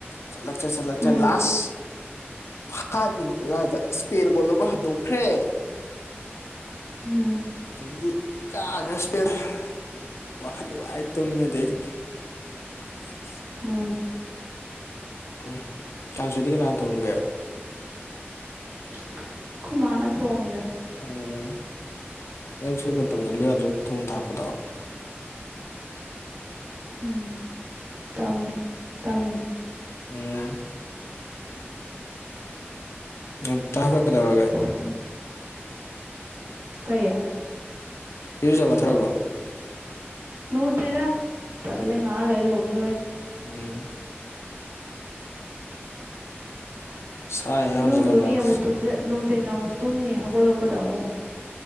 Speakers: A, on the left; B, on the right.
A: ꯆꯠꯂꯛꯇꯔ‌ꯦ ꯆꯠꯂꯛꯇꯔ‌ꯦ
B: ꯎꯝ
A: ꯂꯥꯁ ꯐꯥ ꯐꯥꯏꯚ ꯃꯤꯅꯤꯠ ꯑꯗꯨꯋꯥꯏꯗ ꯏꯁꯄꯦꯟꯅ ꯕ‌ꯣꯜ ꯑꯃ ꯍꯟꯗꯣꯛꯈ꯭ꯔꯦ
B: ꯎꯝ
A: ꯑꯗꯨꯗꯩꯗꯤ ꯀꯥꯈ꯭ꯔ‌ꯦ ꯏꯁꯄꯦꯟꯅ ꯋꯥꯈꯟ ꯅꯨꯡꯉꯥꯏꯅ ꯇꯨꯝꯃꯦ‌ ꯑꯗꯩꯗꯤ <unintelligible>
B: ꯎꯝ
A: ꯎꯝ ꯀꯥꯡꯁ‌ꯣꯏꯗꯤ ꯀꯅꯥ ꯊꯣꯡꯒꯦ
B: ꯑꯩꯈꯣꯏ ꯃꯥꯅ ꯊꯣꯡꯉꯤꯗ
A: ꯎꯝ ꯅꯪꯁꯨ ꯈꯔ ꯇꯝꯁꯟꯂꯨ ꯌꯥꯗ꯭ꯔ‌ꯣ ꯊꯣꯡ ꯊꯥꯛꯄꯗꯣ
B: ꯎꯝ ꯇꯝꯃꯦ ꯇꯝꯃꯦ
A: ꯎꯝ ꯌꯥꯝ ꯇꯥꯡꯅ ꯀꯩꯗꯧꯔꯒꯦ
B: ꯎꯝ ꯀꯩ
A: ꯏꯔꯨꯖꯥ ꯃꯥꯏꯊꯥꯔꯕꯣ
B: ꯂꯨꯗꯔꯤꯗ ꯇꯜꯂꯦ ꯉꯥꯏꯍꯥꯛ ꯂꯩꯔ ꯂꯨꯅꯤ ꯍ‌ꯣꯏꯔ‌ꯦꯟ
A: ꯎꯝ ꯁꯥꯏꯍꯦ
B: ꯏꯔꯨ
A: ꯍꯧꯖꯤꯛꯀꯥꯟꯁꯦ
B: ꯂꯨꯅꯤ
A: ꯌꯥꯝ
B: ꯑꯃꯨꯛ ꯇꯨꯝꯁꯟ ꯅꯨꯡꯊꯤꯟ ꯑꯃꯨꯛ ꯇꯨꯝꯅꯤ ꯍꯧꯒꯠꯂꯛꯄꯗ ꯑꯃꯨꯛ